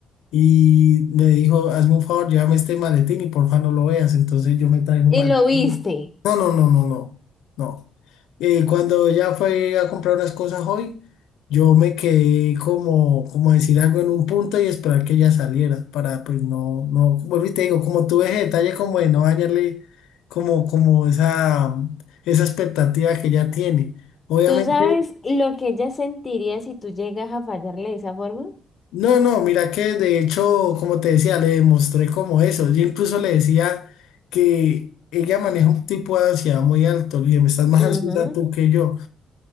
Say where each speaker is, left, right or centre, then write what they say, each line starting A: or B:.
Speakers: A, on the left; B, on the left.
A: Y me dijo, hazme un favor, llévame este maletín y porfa no lo veas. Entonces yo me traje un
B: Y
A: maletín.
B: lo viste.
A: No, no, no, no, no, no. Eh, cuando ya fue a comprar unas cosas hoy, yo me quedé como, como decir algo en un punto y esperar que ella saliera para pues no, no, vuelvo y te digo, como tuve ese detalle como de no dañarle como, como esa, esa expectativa que ella tiene. Obviamente,
B: ¿Tú sabes lo que ella sentiría si tú llegas a fallarle de esa forma?
A: no, no, mira que de hecho, como te decía, le demostré como eso. Yo incluso le decía que ella maneja un tipo de ansiedad muy alto, le dije, me estás más
B: Ujú.
A: ansiosa tú que yo.